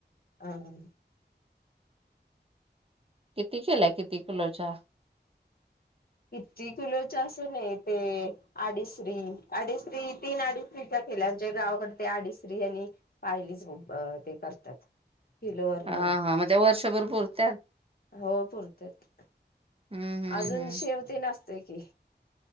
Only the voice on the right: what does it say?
किती केलाय किती किलोच्या
हा
हां मग त्या वर्षभर पूरत्यात
हम्म हम्म
हम्म.